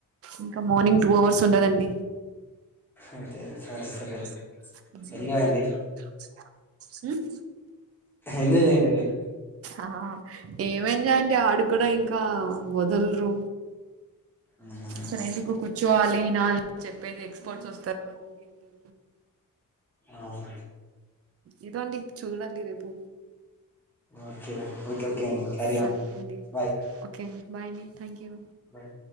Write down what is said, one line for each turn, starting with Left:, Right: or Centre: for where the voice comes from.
Right: ఇంకా మార్నింగ్ టూ అవర్స్ ఉండదండి
Centre: అంతే సరే సరే
Right: మ్
Centre: ఎంజాయ్ అండి ఎంలే దేంలేద్ లే
Right: ఆ ఏమైందండీ ఆడు కూడా ఇంకా వదలరు
Centre: ఉమ్,
Right: సరేందుకు ఒ కూర్చోవాలి నా చెప్పేది ఎక్స్పర్ట్స్ ఒస్తారు అది అంటరు
Centre: ఆవును
Right: ఇదుగోండి చూడండి రేపూ
Centre: ఓకే ఓకే ఓకే అండి క్యారీ
Right: సరే
Centre: ఆన్
Right: అండి
Centre: బాయ్
Right: ఓకే అండి బాయ్ అండి థ్యాంక్ యూ
Centre: బాయ్